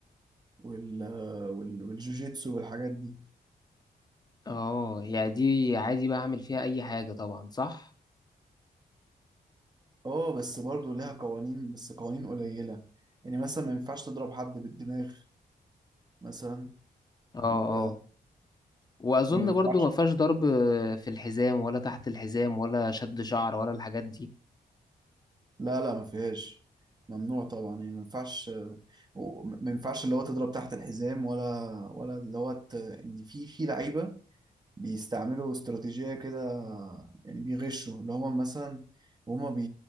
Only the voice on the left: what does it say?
اه يعني دي عادي بقى اعمل فيها اي حاجه طبعا صح
اه
اه واظن
برضو ما فيهاش ضرب في الحزام ولا تحت الحزام ولا شد شعر ولا الحاجات دي